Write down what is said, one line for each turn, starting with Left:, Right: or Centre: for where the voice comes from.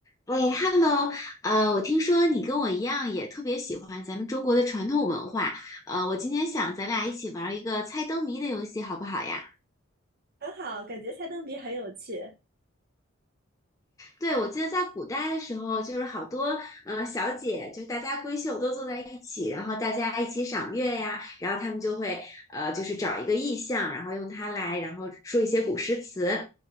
Left: 哎，Hello，呃，我听说你跟我一样也特别喜欢咱们中国的传统文化，呃，我今天想咱俩一起玩一个猜灯谜的游戏，好不好呀？
Right: 很好，感觉猜灯谜很有趣
Left: 对，我记得在古代的时候，就是好多呃小姐，就是大家闺秀都坐在一起，然后大家一起赏月呀，然后他们就会呃就是找一个意象，然后用它来，然后说一些古诗词。